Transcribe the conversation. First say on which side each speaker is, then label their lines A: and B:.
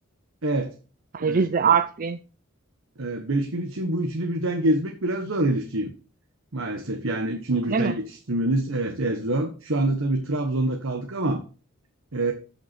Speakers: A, on the right; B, on the right.
A: evet,
B: Hani
A: evet,
B: Rize,
A: evet.
B: Artvin
A: E, beş gün için bu üçünü birden gezmek biraz zor Elifciğim. Maalesef yani üçünü birden
B: öyle mi?
A: yetiştirmeniz evet, evet zor. Şu anda tabii Trabzon'da kaldık ama e,